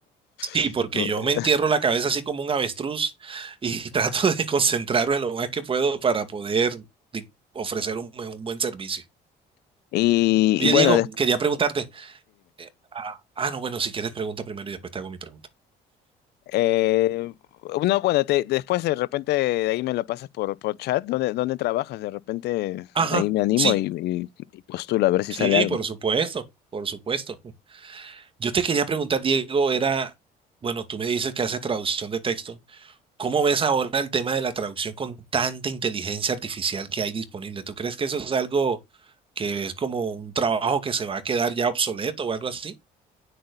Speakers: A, on the right; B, on the left.
A: Sí,
B: <laughs>
A: porque yo me entierro la cabeza así como un avestruz y <laughs> trato de concentrarme lo más que puedo para poder di- ofrecer un, un buen servicio.
B: Y,
A: Oye,
B: y bueno,
A: Diego,
B: después,
A: Sí, quería preguntarte. Ah, ah, no, bueno, si quieres pregunta primero y después te hago mi pregunta.
B: Eh, no, bueno, te- después de repente de ahí me lo pasas por, por chat. ¿Dónde, dónde trabajas? De repente
A: Ajá,
B: de ahí me animo
A: sí,
B: y, y, y postulo a ver si
A: sí,
B: sale algo.
A: por supuesto, por supuesto. Yo te quería preguntar, Diego, era, bueno, tú me dices que haces traducción de texto. ¿Cómo ves ahora el tema de la traducción con tanta inteligencia artificial que hay disponible? ¿Tú crees que eso es algo que es como un trabajo que se va a quedar ya obsoleto o algo así?